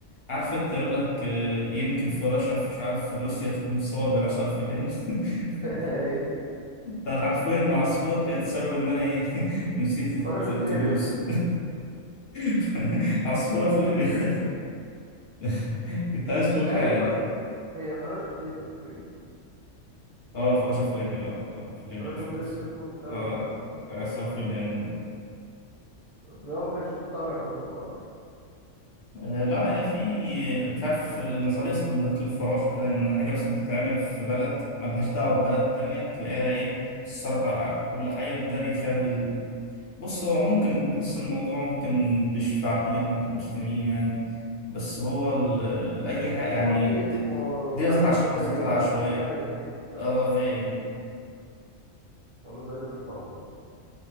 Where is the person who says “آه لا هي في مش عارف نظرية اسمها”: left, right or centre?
Left